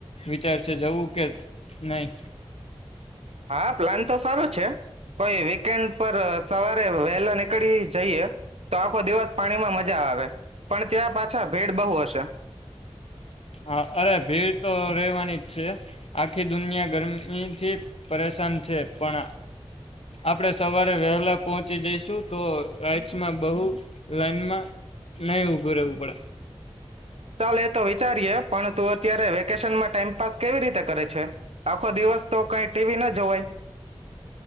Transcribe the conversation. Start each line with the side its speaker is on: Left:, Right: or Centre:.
Left: વિચારશે જવું કે નહી
Right: હા પ્લાન તો સારો છે કોઈ વીકેન્ડ સવારે વહેલા નીકળી જઈએ તો આખો દિવસ પાણીમાં મજા આવે પણ ત્યાં પાછા ભેડ બહુ હશે
Left: હા અરે ભીડ તો રહેવાની જ છે આખી દુનિયા ગરમીથી પરેશાન છે પણ આપણે સવારે વહેલા પહોંચી જઈશું તો રાઈટસમાં બહુ લાઈનમાં નહી ઉભું રહેવું પડે
Right: ચાલ એ તો હોય ત અત વેશનમાં ટાઈમપ કેવી રીતે કરે છે આખો દિવસ તો કઈ ટીવી ના જવાય